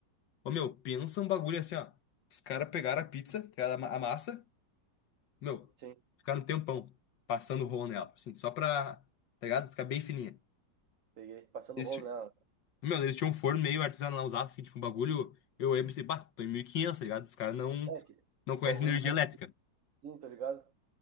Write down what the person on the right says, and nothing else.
Sim,
peguei. Passando
o rolo
nela.
É, que
o
bagulho
mais
assim, tá ligado?